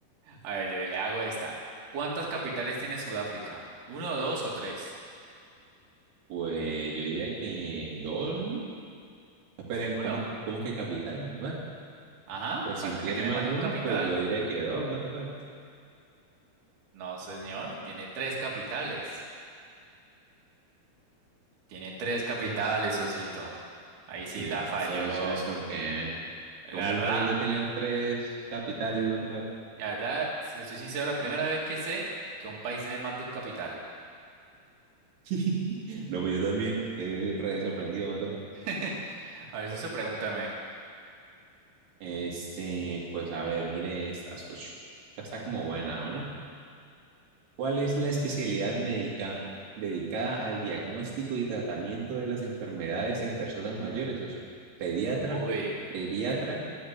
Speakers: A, on the right; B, on the right.
A: A ver, le, le hago esta. ¿Cuántas capitales tiene Sudáfrica? ¿Uno, dos o tres?
B: Pues yo diría que dos, ¿no? Esperen,
A: ¿Seguro?
B: ¿cómo, cómo que capital? ¿What?
A: Ajá,
B: Pues
A: falta
B: si tiene
A: que tiene
B: más
A: más de
B: de
A: un
B: uno,
A: capital.
B: pues yo diría que dos, what the fuck.
A: No, señor, tiene tres capitales. Tiene tres capitales, Osito. Ahí sí
B: No,
A: la falló.
B: eso,
A: No.
B: eso, eso que... Como
A: La
B: un
A: verdad,
B: país va a tener tres capitales, what the fuck.
A: la verdad, si le soy sincero, la primera vez que sé que a un país se le mata un capital.
B: <laughs> No, pues yo también, quedé re sorprendido, what the fuck.
A: <laughs> A ver, eso pregúntame.
B: Este, pues a ver, mire estas ocho. Esta está como buena, bueno. ¿Cuál es la especialidad médica dedicada al diagnóstico y tratamiento de las enfermedades en personas mayores, socio? ¿Pediatra,
A: Uy,
B: geriatra